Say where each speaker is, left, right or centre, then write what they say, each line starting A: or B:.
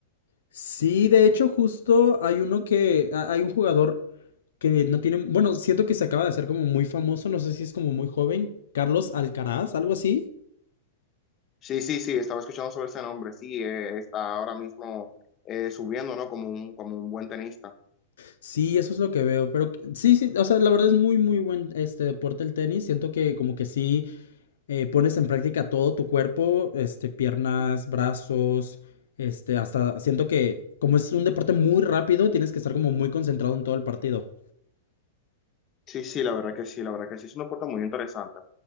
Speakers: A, on the left; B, on the left.
A: Sí, de hecho, justo hay uno que, ha- hay un jugador que no tiene, bueno, siento que se acaba de hacer como muy famoso, no sé si es como muy joven, Carlos Alcaraz, algo así.
B: Sí, sí, sí, estaba escuchando sobre ese nombre, sí, eh, está ahora mismo eh, subiendo, ¿no? Como un, como un buen tenista.
A: Sí, eso es lo que veo, pero que- sí, sí, o sea, la verdad es muy, muy buen este deporte el tenis, siento que como que sí eh, pones en práctica todo tu cuerpo, este, piernas, brazos, este, hasta siento que como es un deporte muy rápido, tienes que estar como muy concentrado en todo el partido.
B: Sí, sí, la verdad que sí, la verdad que sí, es un deporte muy interesante.